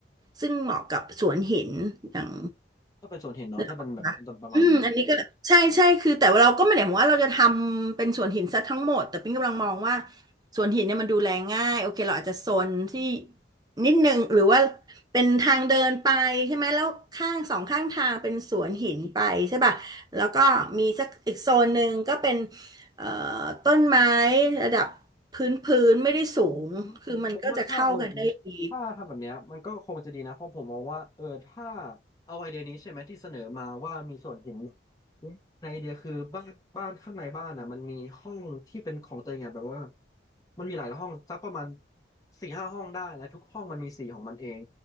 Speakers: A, on the right; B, on the left.
A: ซึ่งเหมาะกับสวนหินอย่าง
B: ก็เป็นส่วนเห็นเนาะถ้าเป็นแบบตอนประมาณนี้
A: นึกออกไหมคะอืมอันนี้ก็ใช่ใช่คือแต่ว่าเราก็ไม่ได้หมายว่าเราจะทำเป็นสวนหินซะทั้งหมดแต่ปิ๊งกำลังมองว่าสวนหินเนี่ยมันดูแลง่าย โอเคเราอาจจะโซนที่นิดนึงหรือว่า เป็นทางเดินไปใช่ไหมแล้วข้างสองข้างทางเป็นสวนหินไปใช่ป่ะแล้วก็มีสักอีกโซนหนึ่งก็เป็นเอ่อต้นไม้ระดับพื้นพื้นไม่ได้สูงคือมันก็จะเข้ากันได้ดี
B: ผมมองว่าถ้าเออถ้าทำแบบเนี้ยมันก็คงจะดีนะเพราะผมมองว่าเออถ้าเอาไอเดียนี้ใช่ไหมที่เสนอมาว่ามีส่วนเห็นในไอเดียคือบ้านบ้านข้างในบ้านอ่ะมันมีห้องที่เป็นของตัวเองอ่ะแบบว่ามันมีหลายห้องสักประมาณสี่ห้าห้องได้และทุกห้องมันมีสีของมันเอง